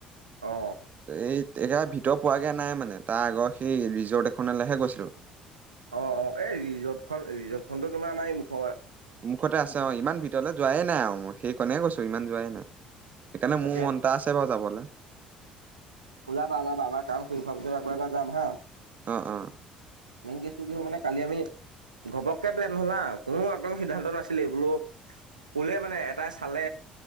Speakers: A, on the right; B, on the right.
A: অ
B: এই একেবাৰে ভিতৰ পোৱাগৈ নাই মানে, তাৰ আগৰ সেই ৰিজৰ্ট এখনলৈহে গৈছিলোঁ।
A: অ', অ', এই ৰিজৰ্টখন ৰেচৰ্তখন্তি তোমাৰ আমাৰ এই মুখৰ
B: মুখতে আছে অ', ইমান ভিতৰলৈ যোৱাই নাই আৰু মই সাইকনাই গৈছো ইমান যোৱাই নাই। সেইকাৰণে
A: তাকে,
B: মোৰ মন এটা আছে বাৰু যাবলে
A: ওলাব ওলাব অমৰ কাম শেষ ভালকে আকৌ এবাৰ জাম হা,
B: অ অ
A: মইন কেছটো কি মানে কালি আমি ঘপককৈ প্লন হল হা, কোনো একদম সিদ্ধান্ত লোৱা নাছিলে বুলু। কলে মানে এটাই চালে